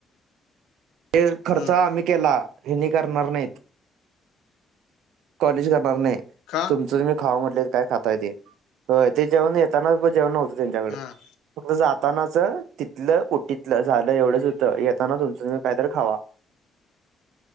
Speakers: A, on the right; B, on the left.
A: ते खर्च
B: हं.
A: आम्ही केला. हेनी करणार नाहीत कॉलेज करणार नाही.
B: का?
A: तुमचं तुम्ही खावा म्हटले काय खातायेत ते तर तेे जेवण येताना जेवण. त्यांच्याकड
B: हां.
A: फक्त जातानाच- तिथलं उटीतलं झालं एवढंच होतं येताना तुमचं काय? तर खावा